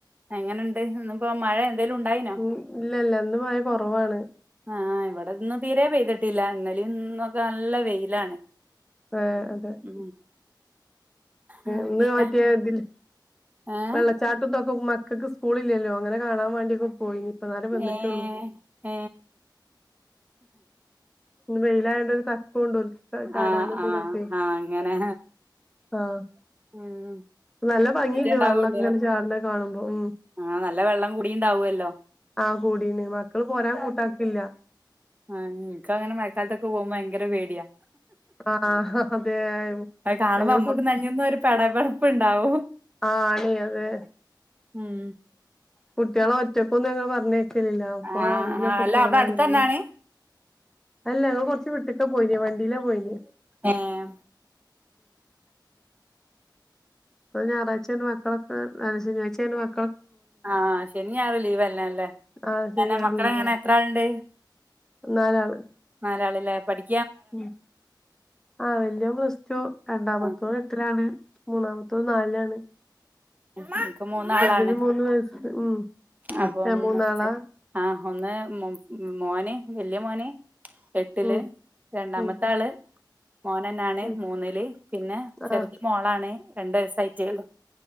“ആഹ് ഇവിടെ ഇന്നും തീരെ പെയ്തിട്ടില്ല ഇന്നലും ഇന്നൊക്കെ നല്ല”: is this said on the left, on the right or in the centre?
Right